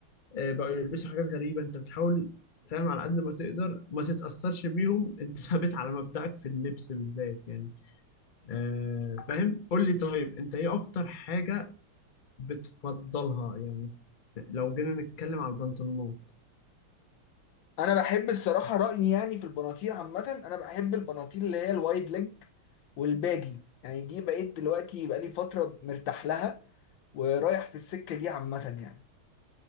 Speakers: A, on the left; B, on the left.
A: آه، بقوا يلبسوا حاجات غريبه انت بتحاول فاهم على قد ما تقدر ما تتاثرش بيهم انت <laughs> ثابت على مبدأك في اللبس بالذات يعني آه، فاهم قول لي طيب انت ايه اكتر حاجه بتفضلها يعني لو جينا نتكلم على البنطلونات
B: انا بحب الصراحه رايي يعني في البناطيل عامه انا بحب البناطيل اللي هي الوايد ليج والباجي يعني دي بقيت دلوقتي بقالي فتره مرتاح لها ورايح في السكه دي عامه يعني